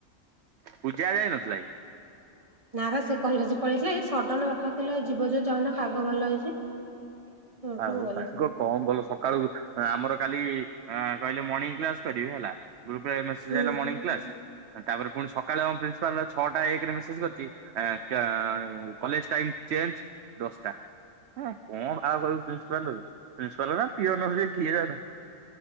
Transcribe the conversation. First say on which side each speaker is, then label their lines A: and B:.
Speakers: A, on the right; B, on the right.
A: ପୂଜା ଯାଇ ନଥିଲା କି?
B: ନା ବା ସେ କଲେଜ ପଳେଇଥିଲା ଏଇ ସଡ଼ନ ବାପା କହିଲେ ଯିବ ଯଦି ଯାଉନ ପାଗ ଭଲ ହେଇଛି। ସେଇଠୁ
A: ଆଉ
B: ଗଲୁ।
A: ପାଗ। କଣ କଲ ସକାଳୁ ଆଁମର କାଲି ଆଁ କହିଲେ ମର୍ଣିଙ୍ଗ କ୍ଲାସ କରିବେ ହେଲା। ଗ୍ରୁପ ରେ ମେସେଜ
B: ହୁଁ
A: ଆଇଲା ମର୍ଣିଙ୍ଗ କ୍ଲାସ୍ ଏଁ ତାପରେ ପୁଣି ସକାଳେ ଆମ ପ୍ରିନ୍ସିପାଲ। ଛଅଟା ଏକରେ ମେସେଜ କରିଛି ଏ କା କଲେଜ ଟାଇମ ଚେଞ୍ଜ ଦଶଟା। ହେ କଣ ଆଉ <unintelligible> ପ୍ରିନ୍ସିପାଲ କୁ ପ୍ରିନ୍ସିପାଲ ନା ପିଅନ ସିଏ କିଏ ଜାଣେ